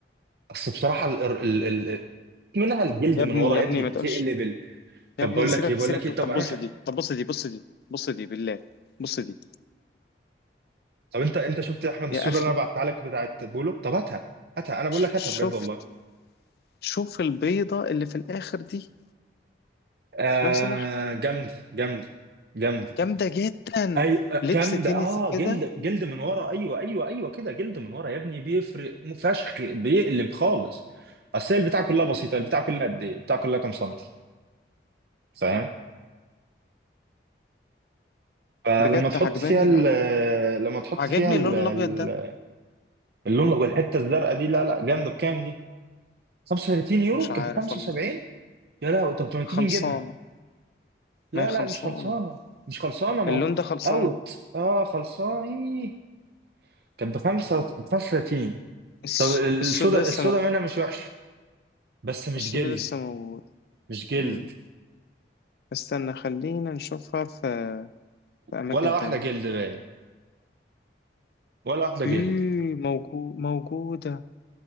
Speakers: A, on the right; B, on the left.
A: اصل بصراحه ال ال ال ال- منها الجلد
B: يا
A: من
B: ابني
A: ورا
B: يا
A: يا
B: ابني
A: ابني
B: ما
A: بتقلب
B: تقولش
A: ال... طب
B: يا ابني
A: بقول
B: سيبك
A: لك ايه بقول
B: سيبك
A: لك ايه
B: طب
A: طب انا
B: بص
A: خ...
B: دي طب بص دي بص دي بص دي بالله بص دي
A: طب انت انت شفت يا احمد السودا
B: يا اخي
A: اللي انا بعتها لك بتاعت بولو طب هاتها هاتها انا بقول
B: ش-
A: لك هاتها بجد
B: شفت
A: والله
B: شوف البيضة اللي في الاخر دي
A: آه
B: لو سمحت
A: جامده جامده جامده
B: جامدة جدا
A: ايوه آه،
B: لبس
A: جامده
B: تنسي
A: اه
B: كده
A: جلد جلد من ورا ايوه ايوه ايوه كده جلد من ورا يا ابني بيفرق فشخ بيقلب خالص اصل هي البتاع كلها بسيطه البتاع كلها قد ايه البتاع كلها كام سنتي فاهم فلما
B: بجد
A: تحط
B: عجباني
A: فيها ال لما تحط
B: عجبني
A: فيها ال
B: اللون
A: ال-
B: الابيض ده
A: اللون والحته الزرقاء دي لا لا جامده بكام دي 35 يورو
B: مش عارف
A: كانت ب 75
B: والله
A: يا لا طب ما
B: خلصانة
A: تيجي نجيبها لا
B: ما هي خلصانة
A: لا مش خلصانه مش خلصانه موجود
B: اللون ده خلصان
A: اوت اه خلصانه إيه؟ كانت ب 35
B: الس...
A: طب ال-
B: السود
A: السودا
B: لسه
A: السودا
B: موجود
A: منها مش وحشه بس مش
B: السود
A: جلد
B: لسه موجود
A: مش جلد
B: مم. استنى خلينا نشوفها في, في أماكن
A: ولا واحده
B: تانية
A: جلد باين ولا واحده
B: إيه
A: جلد
B: موجود موجودة